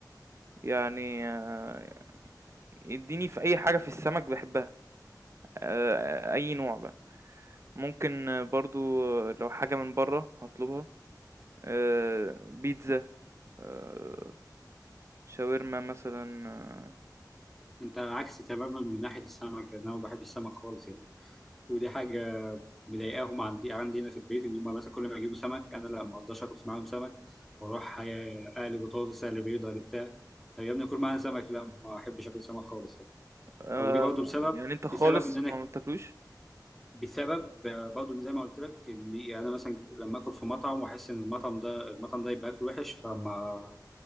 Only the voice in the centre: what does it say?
انت عكسي تماما من ناحيه السمك يعني. انا ما بحب السمك خالص يعني ودي حاجه مضايقاهم عندي عندي هنا في البيت ان هم مثلا كل ما يجيبوا سمك انا لا ما اقدرش اكل معاهم سمك بروح اقلي بطاطس اقلي بيض اقلي بتاع طب يا ابني كل معانا سمك لا ما احبش اكل سمك خالص يعني
او دي برضه بسبب
بسبب ان انا
بسبب آه، برضه زي ما قلت لك ان انا مثلا لما اكل في مطعم واحس ان المطعم ده المطعم ده يبقى اكله وحش فما